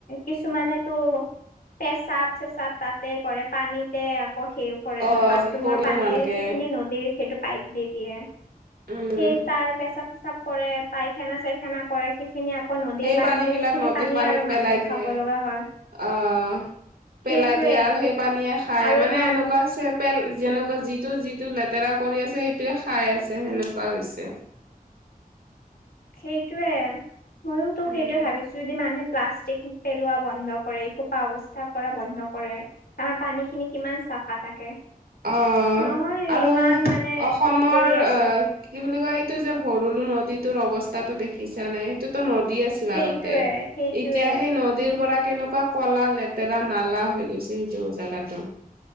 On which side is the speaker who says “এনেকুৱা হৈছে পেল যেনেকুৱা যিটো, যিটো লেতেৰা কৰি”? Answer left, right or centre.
Right